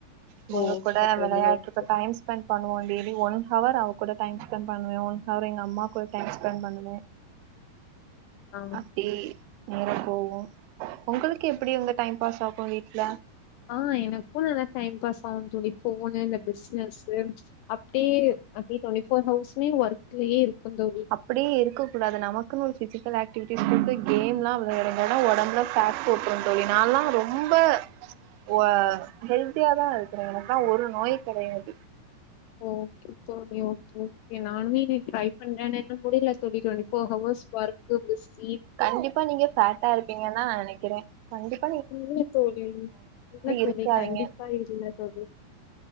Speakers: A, on the right; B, on the left.
A: இவுங்க
B: ஓ
A: கூட
B: கேக்கவில்லையா
A: வெளையாட்டுக்கு
B: ஓகே
A: டைம் ஸ்பெண்ட் பண்ண வேண்டியது ஒன் ஹவர் அவ கூட டைம் ஸ்பெண்ட் பண்ணுவே அவர் எங்க அம்மா கூட டைம் ஸ்பெண்ட் பண்ணுவே
B: ஆ
A: அப்டி நேரோ போவும் உங்களுக்கு எப்டி வந்து டைம் பாஸ் ஆகும் வீட்ல
B: ஆ எனக்கும் நல்லா டைம் பாஸ் ஆகும் தோழி போனு இந்த பிஸ்னஸ் அப்டியே அப்டி டுவெண்டி ஃபோர் ஹவுஸ்மே ஒர்க்லயே இருக்கு தோழி
A: அப்டியே இருக்கக்க கூடாது நமக்குன்னு ஒரு ஃபிசிக்கல் ஆக்டிவிட்டிஸ் கேம்லா வெ இருந்தா தா ஒடம்புல ஃபேட் போட்டுருவேன் தோழி நான்லாம் ரொம்ப ஓ அ ஹெல்தியாதான் இருக்கேன் எனக்குலா ஒரு நோய் கெடையாது
B: ஓ ஓகே சரி ஓகே ஓகே நானுமே இனி ட்ரை பண்றேன்னு ஆனா என்னால முடியல twenty twenty four hours work busy
A: கண்டிப்பா நீங்க ஃபேட்டா இருப்பீங்கன் தா நா நெனைக்கிறேன் கண்டிப்
B: இல்ல தோழி இல்ல தோழி
A: இருக்காதீங்க
B: கண்டிப்பா இல்ல தோழி